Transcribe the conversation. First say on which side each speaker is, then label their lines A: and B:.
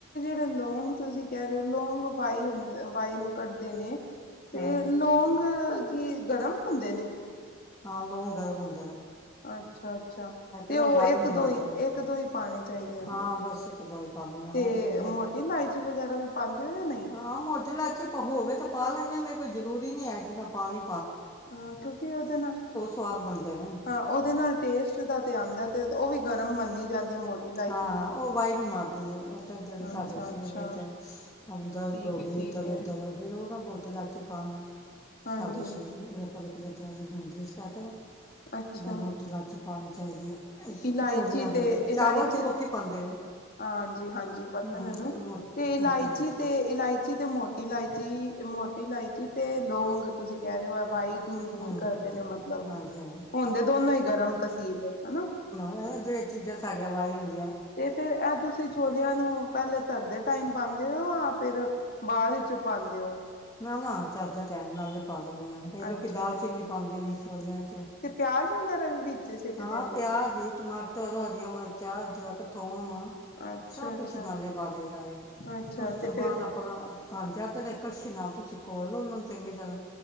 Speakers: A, on the left; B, on the left.
A: ਜਿਹ ਲੌਂਗ ਤੁਸੀਂ ਕਹਿ ਰਹੇ ਹੋ ਲੌਂਗ ਵਾਈ ਹੁੰ ਵਾਈ ਨੂੰ ਕੱਢਦੇ ਨੇ ਤੇ
B: ਹਾਂ
A: ਲੌਗ ਕੀ ਗਰਮ ਹੁੰਦੇ ਨੇ
B: ਹਾਂ ਲੌਗ ਗਰਮ ਹੁਣ
A: ਅੱਛਾ ਅੱਛਾ ਤੇ
B: ਨਾ
A: ਉਹ
B: ਵਾਈਨ
A: ਇੱਕ
B: ਮਾਰਦੇ
A: ਦੋ ਹੀ
B: ਨੇ
A: ਇੱਕ ਦੋ ਹੀ ਪਾਣੇ ਚਾਹੀਦੇ ਆਦੇ
B: ਹਾਂ ਬਸ ਇੱਕ ਦੋ ਹੀ ਪਾਉਂਦੀ ਹਾਂ
A: ਤੇ
B: ਉਹ ਮੇਰੀ
A: ਮੋਟੀ
B: ਤਾਂ
A: ਇਲਾਇਚੀ ਵਗੈਰਾ ਵੀ ਪਾਉਂਦੇ ਹੋ ਜਾਂ ਨਹੀਂ
B: ਹਾਂ ਮੋਟੀ ਲਾਚੀ ਹੋਵੇ ਤੇ ਪਾ ਲੈਂਦੇ ਹਾਂ ਮੈਂ ਕੋਈ ਜ਼ਰੂਰੀ ਨਹੀਂ ਹੈ ਕਿ ਮੈਂ ਪਾਣੀ
A: ਹਾਂ ਕਿਉਂਕਿ ਉਹਦੇ ਨਾਲ
B: ਸਵਾਦ ਬਣਦੇ ਨੇ
A: ਹਾਂ ਉਹਦੇ ਨਾਲ ਟੇਸਟ ਦਾ ਤੇ ਆਉਂਦਾ ਤੇ ਉਹ ਵੀ ਗਰਮ ਮੰਨੀ ਜਾਂਦੀ। ਹੈ ਮੋਟੀ ਇਲਾਇਚੀ
B: ਹਾਂ
A: ਵੀ
B: ਹਾਂ ਉਹ ਬਾਈ ਨੂੰ ਮਾਰਦੀ ਹੈ ਮਤਲਬ ਜਿਹੜੇ ਸਾਡੇ
A: ਅੱਛਾ
B: ਸ਼ੇ
A: ਅੱਛਾ
B: ਦੇ ਵਿੱਚ ਅਮਦਰਦ
A: ਠੀਕ
B: ਹੋ
A: ਹੈ
B: ਗਈ
A: ਠੀਕ
B: ਇੱਧਰ
A: ਹੈ
B: ਉੱਧਰ ਫਿਰ ਉਹ ਨਾ ਮੋਟੀ ਲਾਚੀ ਜਿਖਾਉਣਾ
A: ਹਾਂਜੀ
B: ਸਾਡੇ ਛੇ ਤੋਂ ਉਹ ਜੱਦਾਂ ਦਾ ਦਿੰਦੇ ਸੀ ਕੱਟ ਦਾ
A: ਅੱਛਾ
B: ਪਰ ਮੋਟੀ ਲਾਚੀ ਪਾਣੀ ਚਾਹੀਦੀ ਹੈ ਇਸ
A: ਇਲਾਇਚੀ
B: ਛੋਲਿਆਂ ਦੇ
A: ਤੇ
B: ਵਿੱਚ ਚਾਵਲ
A: ਇਲਾਇਚੀ
B: 'ਚ ਲੋਕੀ ਪਾਉਂਦੇ ਨੇ
A: ਹਾਂਜੀ ਹਾਂਜੀ ਪਤਾ
B: ਹੂੰ
A: ਮੈਨੂੰ
B: ਮੋ
A: ਤੇ ਇਲਾਇਚੀ
B: ਮੋਟੀ ਇਲਾ
A: ਤੇ ਇਲਾਇਚੀ ਤੇ ਮੋ ਇਲਾਇਚੀ ਮੋਟੀ ਇਲਾਇਚੀ ਤੇ ਲੋਂਂਗ ਤੁਸੀਂ ਕਹਿ ਰਹੇ ਹੋ ਵਾਈ ੳਹਨੂੰ ਦੂਰ
B: ਹੂੰ
A: ਕਰਦੇ ਨੇ ਮਤਲਬ
B: ਹਾਂਜੀ ਹਾਂਜੀ
A: ਹੁੰਦੇ ਦੋਨੋਂ ਹੀ ਗਰਮ ਤਾਂ <unintelligible>
B: ਐਂਵੇ ਜਹੜੀਆਂ ਚੀਜ਼ਾਂ ਸਾਡੀ ਵਾਈ ਹੂਂਦੀ
A: ਤੇ ਫੇਰ ਇਹ ਤੁਸੀਂ ਛੋਲਿਆਂ ਨੂੰ। ਪਹਿਲੇ ਧਰਦੇ ਟਾਈਮ ਪਾਉਂਦੇ ਹੋ ਯਾਂ, ਫਿਰ ਬਾਅਦ ਵਿੱਚੋਂ ਪਾਉਂਦੇ ਹੋ।
B: ਨਾ ਨਾ ਧਰਦੇ ਟਾਈਮ ਨਾਲੇ ਪਾ ਦਿੰਨੀ ਹਾਂ ਕਈ ਲੋਕ
A: ਅੱਛਾ
B: ਦਾਲਚੀਨੀ ਪਾਉਂਦੇ ਨੇ। ਛੋਲਿਆਂ 'ਚ
A: ਤੇ ਪਿਆਜ਼ ਵਗੈਰਾ ਵੀ ਸਿੱਟ
B: ਹਾਂ
A: ਦਿੰਦੇ
B: ਪਿਆਜ਼
A: ਹੋ
B: ਟਮਾਟਰ ਹਰੀਆਂ ਮਿਰਚਾਂ ਅਦਰਕ, ਥੋਮ
A: ਅੱਛਾ
B: ਸਭ
A: ਅੱਛਾ
B: ਕੁਛ ਨਾਲੇ ਪਾ ਦਈ ਦਾ ਵੇ
A: ਅੱਛਾ
B: ਉਸ
A: ਤੇ
B: ਤੋਂ
A: ਫੇਰ
B: ਬਾਅਦ ਆਪਣਾ ਬਾਣ ਜਾਂਦੇ ਨੇ ਕੜਛੀ ਨਾਲ ਤੁਸੀਂ ਕੋਲ ਲਓ ਉਹਨਾਂ ਨੂੰ ਚੰਗੀ ਤਰ੍ਹਾਂ।